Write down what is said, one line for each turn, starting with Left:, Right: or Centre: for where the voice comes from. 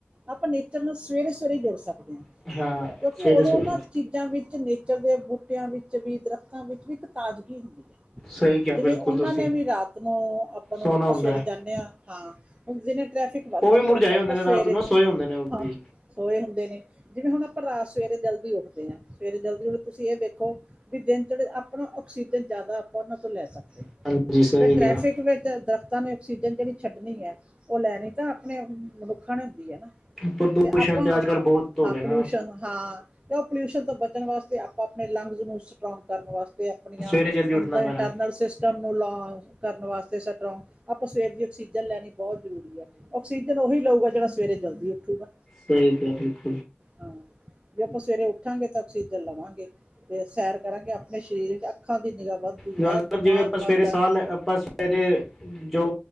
Right: ਆਪਾਂ ਨੇਚਰ ਨੂੰ, ਸਵੇਰੇ -ਸਵੇਰੇ ਜੁੜ ਸਕਦੇ ਹਾਂ
Centre: ਗਿਆ ਹਾਂ
Right: ਕਿਉਂਕਿ,
Centre: ਸਵੇਰੇ
Right: ਉਦੋਂ
Centre: ਸਵੇਰੇ
Right: ਉਹਨਾਂ ਚੀਜ਼ਾਂ ਵਿੱਚ ਤੇ ਨੇਚਰ ਦੇ ਬੂਟਿਆਂ ਵਿੱਚ ਵੀ ਦਰਖ਼ਤਾਂ ਵਿੱਚ ਵੀ, ਇੱਕ ਤਾਜ਼ਗੀ ਹੁੰਦੀ ਏ
Centre: ਸਹੀ ਕਿਹਾ
Right: ਜਿਵੇਂ,
Centre: ਬਿਲਕੁਲ
Right: ਉਹਨਾਂ
Centre: ਤੁਸੀਂ
Right: ਨੇ ਵੀ ਰਾਤ ਨੂੰ, ਆਪਾਂ ਨੂੰ
Centre: ਸੋਨਾ
Right: ਆਪਾਂ
Centre: ਹੁੰਦਾ
Right: ਸਵੇਰੇ
Centre: ਹੈ
Right: ਜਾਂਨੇ ਆ? ਹਾਂ, ਜਿਵੇ ਟ੍ਰੈਫਿਕ ਵੱਧ
Centre: ਉਹ
Right: ਜਾਂਦਾ
Centre: ਵੀ ਮੁਰਝਾਏ
Right: ਹੈ ਆਪਾਂ
Centre: ਹੁੰਦੇ ਨੇ
Right: ਸਵੇਰੇ
Centre: ਰਾਤ ਨੂੰ ਸੋਏ ਹੁੰਦੇ ਨੇ ਉਹ
Right: ਹਾਂ
Centre: ਵੀ
Right: ਸੋਏ ਹੁੰ - ਜਿਵੇਂ ਹੁਣ ਆਪਾਂ, ਰਾਤ ਸਵੇਰੇ ਜਲਦੀ ਉੱਠਦੇ ਹਾਂ। ਸਵੇਰੇ ਜਲਦੀ ਉ ਤੁਸੀਂ ਇਹ ਵੇਖੋ? ਵੀ ਦਿਨ ਚੜੇ ਆਪਣਾ, ਆਕਸੀਜਨ ਜ਼ਿਆਦਾ ਆਪਾਂ ਉਹਨਾਂ ਤੋਂ ਲੈ ਸਕਦੇ ਹਾਂ।
Centre: ਹਾਂਜੀ ਸਹੀ
Right: ਫੇਰ ਟ੍ਰੈਫਿਕ
Centre: ਕਿਹਾ
Right: ਵੇ ਜਿਆਦਾ ਨਾਲੇ ਆਕਸੀਜਨ ਜਿਹੜੀ ਛੱਡਣੀ ਹੈ, ਉਹ ਲੈਣੀ ਤਾਂ ਆਪਣੇ ਮਨੁੱਖਾਂ ਨੇ ਹੁੰਦੀ ਹੈ ਨਾ।
Centre: ਪ੍ਰਦੂਸ਼ਣ,
Right: ਆਪਾਂ
Centre: ਤੇ
Right: ਹਾਂ
Centre: ਅੱਜ -ਕੱਲ੍ਹ ਬਹੁਤ ਹੋ
Right: ਹਾਂ,
Centre: ਗਿਆ
Right: ਪੋਲੂਊਸ਼ਨ
Centre: ਨਾ
Right: ਹਾਂ ਉਹ ਪੋਲਿਊਸ਼ਨ ਤੋਂ ਬਚਣ ਵਾਸਤੇ, ਆਪਾਂ ਆਪਣੇ ਲੰਗਜ਼ ਨੂੰ ਸਟਰੋਂਗ ਕਰਨ ਵਾਸਤੇ ਆਪਣੀਆਂ,
Centre: ਸਵੇਰੇ ਜਲਦੀ ਉੱਠਣਾ ਪੈਣਾ
Right: ਇਟਰਨਲ ਸਿਸ ਇਲਾਜ ਕਰਨ ਵਾਸਤੇ, ਸਟਰੋਂਗ ਆਪਾਂ ਸਵੇਰ ਦੀ, ਆਕਸੀਜਨ ਲੈ ਨੀ ਬਹੁਤ ਜ਼ਰੂਰੀ ਹੈ, ਆਕਸੀਜਨ ਉਹੀ ਲਊਗਾ ਜਿਹੜਾ ਸਵੇਰੇ, ਜਲਦੀ ਉੱਠੂਗਾ।
Centre: ਠੀਕ, ਹੈ ਜੀ।
Right: ਹਾਂ। ਜੇ ਆਪਾਂ ਸਵੇਰੇ ਉੱਠਾਂਗੇ, ਤਾਂ ਆਕਸੀਜਨ ਲਵਾਂਗੇ, ਤੇ ਸੈਰ ਕਰਾਂਗੇ ਆਪਣੇ ਸਰੀਰ ਵਿੱਚ ਅੱਖਾਂ ਦੀ, ਨਿਗਾਹ ਵੱਧਦੀ
Centre: ਜਿਹੜੇ,
Right: ਹੈ ਦਿਮਾਗ
Centre: ਆਪਾਂ
Right: ਵੱਧਦਾ
Centre: ਸਵੇਰੇ ਸਾਹ ਲ ਆਪਾਂ ਸਵੇਰੇ, ਜੋ